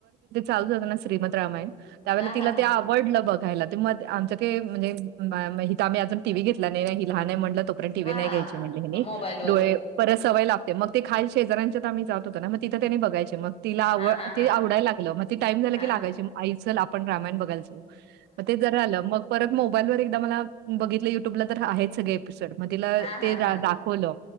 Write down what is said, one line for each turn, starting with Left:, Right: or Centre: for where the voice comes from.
Right: लावल होत ना फ्री मध्ये रामायण, त्यावेळेला
Left: हा
Right: तिला
Left: हा हा
Right: ते आवडलं- बघायला तर मग आमचं ते म्हणजे म इथे आम्ही अजून टीव्ही घेतला नाही ना ती लहान आहे म्हणल्यावर - तोपर्यंत टीव्ही
Left: हा
Right: नाही घ्यायची म्हटलं मी
Left: हा
Right: नी
Left: मोबाईल वर
Right: डोळे परस- सवय लागते मग ते खाल शेजऱ्यांच्या ईथ आम्ही जात होतो ना? मग तिथं त्यांनी बघायचे मग- तिला आव
Left: हा हा
Right: ती
Left: हा
Right: आवडायला लागलं मग- टाईम झाला
Left: हा
Right: की लागायची माग. आई चल आपण रामायण बघायला मग ते तर झालं मग परत मोबाईल वर एकदा मला बघितलं युट्यूबला तर आहेत सगळे. मग तिला
Left: हा हा हा
Right: ते दाखवलं